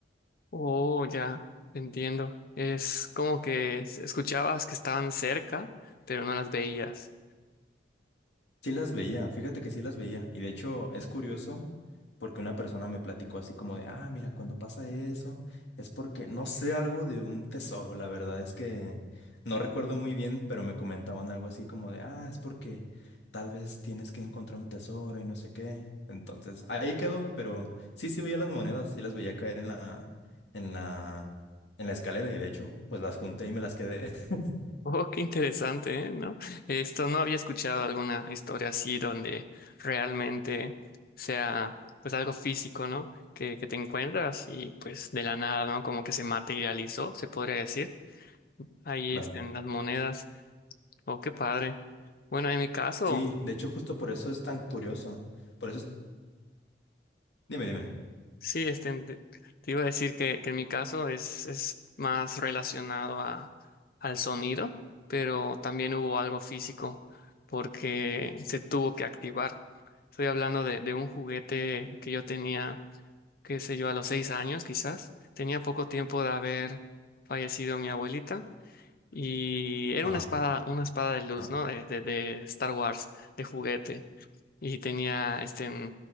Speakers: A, on the left; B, on the left.
A: Oh, ya, entiendo. Es como que s- escuchabas que estaban cerca, pero no las veías.
B: Sí las veía, fíjate que sí las veía. Y de hecho es curioso porque una persona me platicó así como de, ah, mira, cuando pasa eso es porque no sé algo de un tesoro. La verdad es que no recuerdo muy bien, pero me comentaban algo así como de, ah, es porque tal vez tienes que encontrar un tesoro y no sé qué. Entonces ahí quedó, pero sí, sí veía las monedas, sí las veía caer en la, en la, en la escalera y de hecho pues las junté y me las quedé. <laughs>
A: Oh, qué interesante, ¿eh? ¿No? Esto no había escuchado alguna historia así donde realmente sea pues algo físico, ¿no? Que, que te encuentras y pues de la nada, ¿no? Como que se materializó, se podría decir. Ahí
B: Claro.
A: estén las monedas. Oh, qué padre. Bueno, en mi caso.
B: Sí, de hecho justo por eso es tan curioso. Por eso es Dime, dime.
A: Sí, este, te te iba a decir que, que en mi caso es, es más relacionado a, al sonido, pero también hubo algo físico porque se tuvo que activar. Estoy hablando de, de un juguete que yo tenía, qué sé yo, a los seis años quizás. Tenía poco tiempo de haber fallecido mi abuelita y era
B: Ajá.
A: una espada, una espada de luz,
B: ajá,
A: ¿no? de de- de Star Wars, de juguete y tenía este